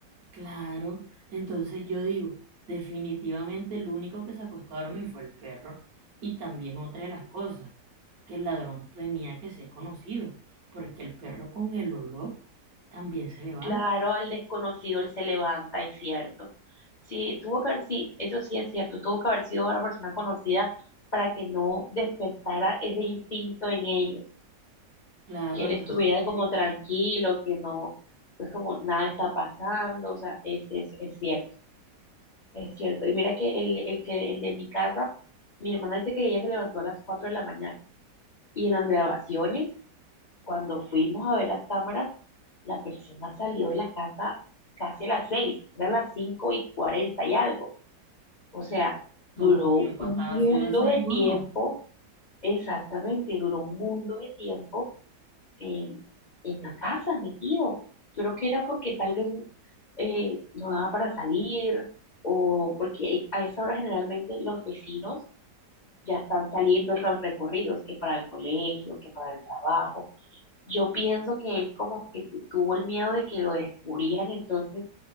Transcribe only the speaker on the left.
Claro, al desconocido él se levanta, es cierto. Sí, tuvo que haber, sí, eso sí es cierto, tuvo que haber sido una persona conocida para que no despertara ese instinto en ellos,
que él
estuviera
como tranquilo, que no, pues como nada está pasando, o sea, es, es, es cierto. Es cierto. Y mira que el, el que el de mi casa, mi hermana dice que ella se levantó a las 4 de la mañana. Y en las grabaciones, cuando fuimos a ver las cámaras, la persona salió de la casa casi a las seis eran las 5 y 40 y algo. O sea, duró
un
mundo
de tiempo, exactamente, duró un mundo de tiempo en, en la casa, metido. Yo creo que era porque tal vez eh, no daba para salir o porque a esa hora generalmente los vecinos ya están saliendo los recorridos, que para el colegio, que para el trabajo. Yo pienso que él como que tuvo el miedo de que lo descubrieran, entonces